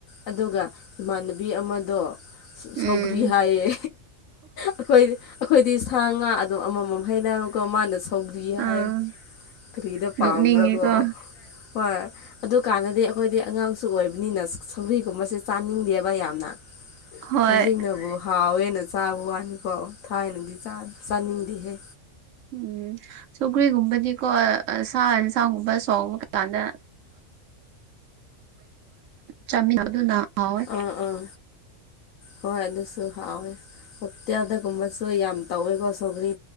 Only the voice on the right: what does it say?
ꯎꯝ
ꯑꯥ
ꯅꯣꯛꯅꯤꯡꯉꯦꯀꯣ
ꯍꯣꯏ
ꯎꯝ ꯁꯧꯒ꯭ꯔꯤꯒꯨꯝꯕꯗꯤꯀꯣ ꯁꯥ ꯌꯦꯟꯁꯥꯡꯒꯨꯝꯕ ꯊꯣꯡꯕ ꯀꯥꯟꯗ ꯆꯥꯃꯤꯟꯅꯕ <inaudible> ꯑꯗꯨꯅ ꯍꯥꯎꯋꯦ